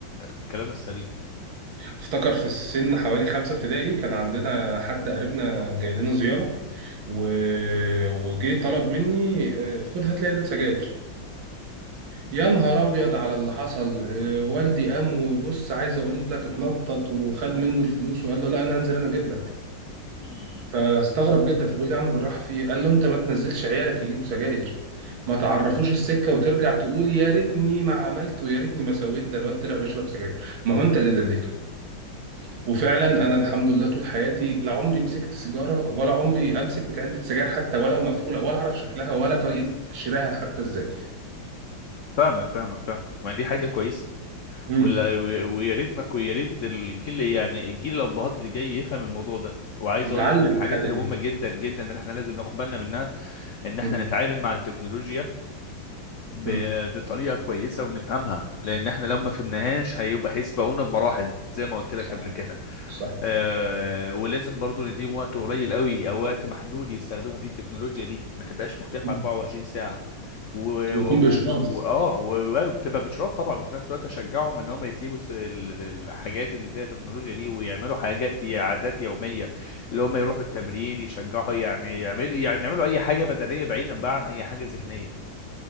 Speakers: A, on the left; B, on the right.
A: الكلام السليم
B: افتكر في السن حوالي خمسه ابتدائي كان عندنا حد قريبنا جاي لنا زياره و... وجه طلب مني آه، خد هات لي علبه سجاير يا نهار ابيض على اللي حصل آه، والدي قام وبص عايز اقول لك اتنطط وخد منه الفلوس وقال له لا انا هنزل انا اجيب لك
A: امم
B: فاستغرب جدا فبيقول لي يا عم بالراحه في ايه قال له انت ما تنزلش عيالك يجيبوا سجاير ما تعرفوش السكه وترجع تقولي يا ريتني ما عملت ويا ريتني ما سويت ده الواد طلع بيشرب سجاير ما هو انت اللي دليته وفعلا انا الحمد لله طول حياتي لا عمري مسكت سيجاره ولا عمري امسك علبه سجاير حتى ولو مقفوله ولا اعرف شكلها ولا طريقه شرائها حتى ازاي
A: فاهمك فاهمك فاهمك ما دي حاجة كويسة
B: امم
A: ولا- و- ويا ريتنا ويا ريت الجيل يعني الجيل الأبهات اللي جاي يفهم الموضوع ده وعايز
B: يتعلم
A: أقول لك من الحاجات
B: الحاجه
A: اللي
B: دي
A: مهمة جدا جدا اللي احنا لازم ناخد بالنا منها إن احنا
B: امم
A: نتعامل مع التكنولوجيا ب-
B: امم
A: بطريقه كويسه ونفهمها لان احنا لو ما فهمناهاش هيبقى هيسبقونا بمراحل زي ما قلت لك
B: صح
A: قبل كده
B: صح
A: آه ولازم برضو نديهم وقت قليل قوي او وقت محدود يستخدموا فيه التكنولوجيا دي ما تبقاش متاحه
B: مم.
A: 24 ساعه و و-
B: ويكون باشراف
A: و- و- اه و- وبتبقى باشراف طبعا وفي نفس الوقت اشجعهم ان هم يسيبوا الس- ال- ال- الحاجات اللي فيها تكنولوجيا دي ويعملوا حاجات ي- عادات يوميه اللي هم يروحوا التمرين يشجعوا يعني يعملوا يعني يعملوا اي حاجه بدنيه بعيدا بقى عن اي حاجه ذهنيه